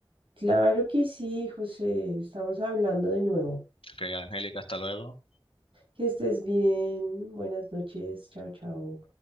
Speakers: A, on the right; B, on the left.
A: Claro que sí, José. Estamos hablando de nuevo.
B: Ok, Angélica, hasta luego.
A: Que estés bien. Buenas noches. Chao, chao.